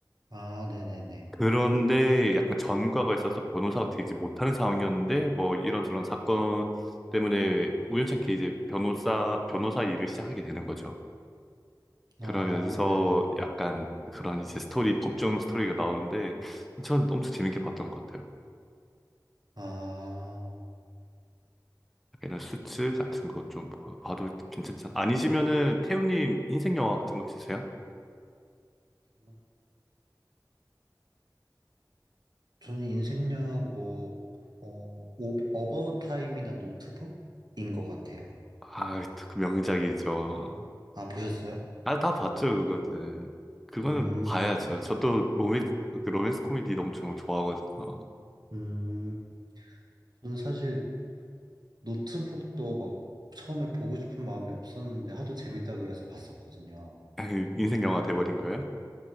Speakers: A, on the right (about 70°); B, in the centre.
A: 아, 네네네.
B: 그런데 약간 전과가 있어서 변호사가 되지 못하는 상황이었는데 뭐 이런저런 사건 때문에 우연찮게 이제 변호사 변호사 일을 시작하게 되는 거죠. 그러면서
A: 아, 네네.
B: 약간 그런 이제 스토리 법정 스토리가 나오는데 전 엄청 재밌게 봤던 것 같아요.
A: 아,
B: 약간 이런 수츠 같은 거 좀 봐도 괜찮지 않... 아니시면은 태우님 인생 영화 같은 거 있으세요?
A: 저는 저는 인생 영화 뭐, 어, 오, 어바웃 타임이나 노트북인 것 같아요.
B: 아, 또그 명작이죠.
A: 아, 보셨어요?
B: 아, 다 봤죠, 그거는. 그거는
A: 음,
B: 봐야죠. 저도 로맨, 그 로맨스 코미디 엄청 좋아하거든요.
A: 음, 저는 사실 노트북도 막 처음에 보고 싶은 마음이 없었는데 하도 재밌다 그래서 봤었거든요.
B: <laughs> 인생 영화 돼버린 거예요?